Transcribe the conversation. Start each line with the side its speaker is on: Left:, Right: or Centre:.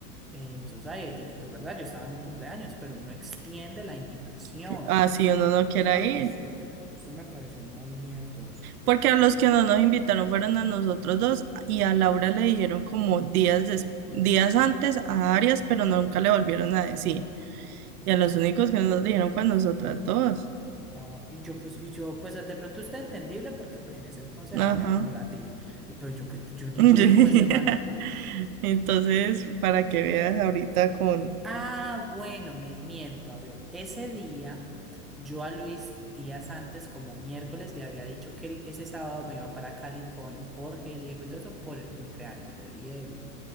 Centre: en Society. Y pues, verdad, yo estaba en un cumpleaños, pero uno extiende la invitación.
Right: Que, ah, sí, uno no quiere
Centre: Eso me,
Right: ir.
Centre: sí, eso me pareció muy mierdoso.
Right: Porque a los que no nos invitaron fueron a nosotros dos y a Laura le dijeron como días, des- días antes a Arias, pero nunca le volvieron a decir. Y a los únicos que no nos dijeron fue a nosotras dos.
Centre: Ah, y yo, pues, y yo, pues de pronto usted entendible porque pues en ese entonces había
Right: Ajá.
Centre: como la tía. Y pues yo que yo ni
Right: <laughs>
Centre: ubico a ese man.
Right: Entonces, para que veas ahorita con...
Centre: Ah, bueno, me miento. A ver, ese día yo a Luis días antes, como miércoles, le había dicho que él- ese sábado me iba para Cali con Jorge, Diego y todo eso por el cumpleaños de Diego.